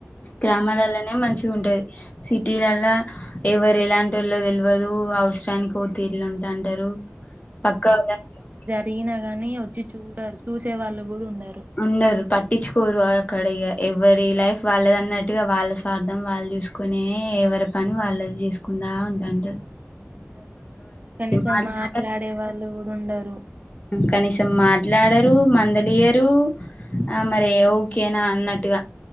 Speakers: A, on the left; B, on the right.
A: గ్రామాలలోనే మంచి ఉంటాది సిటీలాల్. లా. ఎవరు ఎలాంట వోళ్లో తెలివదు, ఉ అవసరానికి ఓ తీరులో ఉంట. ఇటా అంటారు పక్కా <unintelligible>
B: దీన్ని గానీ వచ్చి చూడరు. చూసేవాళ్లు గూడ ఉండరు.
A: ఉండరు, పట్టించుకోరు. ఆ, అక్కడ ఇగ. ఎవరి లైఫ్ వాళ్లది అన్నట్టుగా, వాళ్ల స్వార్థం వాళ్లు చూసుకునే, ఎవరి పని వాళ్లు చేసుకుంట. లావు, ఉంటంటూ.
B: ఉంటారు. కనీసం
A: మాట్లాడ
B: మాట్లాడే, వాళ్లు గూడ ఉండరు.
A: కనీసం, మాట్లాడరు మందలి. టూ. ఆ, మరి ఓకేనా అన్నట్టుగా.